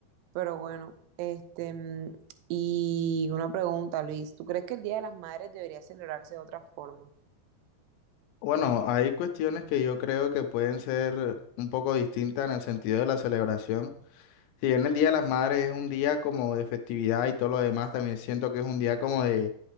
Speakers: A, on the right (about 80°); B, on the left (about 80°).
A: Pero bueno, este, mm, y una pregunta, Luis, ¿tú crees que el Día de las Madres debería celebrarse de otra forma?
B: Bueno, hay cuestiones que yo creo que pueden ser un poco distintas en el sentido de la celebración. Si bien el Día de las Madres es un día como de festividad y todo lo demás, también siento que es un día como de,